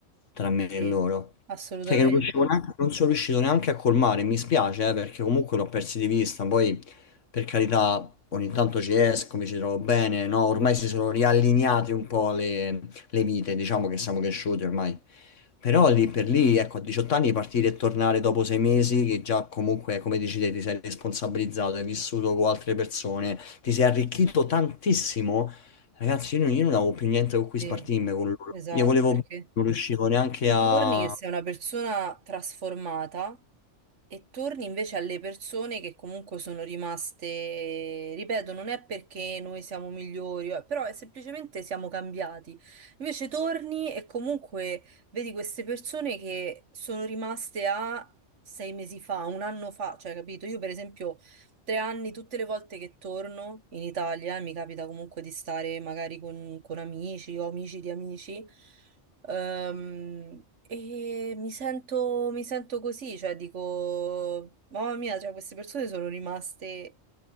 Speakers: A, on the left; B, on the right.
A: tra me e
B: sì,
A: loro.
B: assolutamente,
A: Cioè che non riuscivo neanche- non sono riuscito neanche a colmare, mi spiace, eh, perché comunque l'ho persi di vista, poi per carità ogni tanto ci esco, mi ci trovo bene, no? Ormai si sono riallineate un po' le, le vite, diciamo che siamo cresciuti ormai. Però lì per lì, ecco, a 18 anni partire e tornare dopo sei mesi, che già comunque, come dici te, ti sei responsabilizzato, hai vissuto con altre persone, ti sei arricchito tantissimo. Ragazzi, io non, io non avevo più niente con cui
B: sì,
A: spartirmi con loro.
B: esatto,
A: Io volevo,
B: perché
A: non riuscivo neanche
B: tu
A: a...
B: torni che sei una persona trasformata E torni invece alle persone che comunque sono rimaste, ripeto, non è perché noi siamo migliori, eh, però è semplicemente siamo cambiati. Invece torni e comunque vedi queste persone che sono rimaste a sei mesi fa, un anno fa, cioè capito? Io per esempio tre anni, tutte le volte che torno in Italia, e mi capita comunque di stare magari con, con amici o amici di amici. Ehm, e mi sento, mi sento così, cioè dico, mamma mia, cioè, queste persone sono rimaste